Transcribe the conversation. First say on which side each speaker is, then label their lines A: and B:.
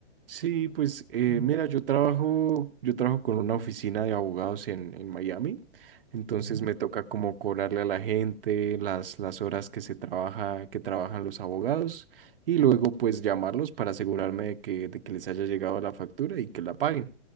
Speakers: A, on the right; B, on the right.
A: Sí, pues eh,
B: Mm,
A: mira, yo trabajo, yo trabajo con una oficina de abogados en, en Miami, entonces
B: Ujú. O
A: me toca como cobrarle a la gente las, las horas que se trabaja, que trabajan los abogados y luego pues llamarlos para asegurarme de que, de que les haya llegado la factura y que la paguen.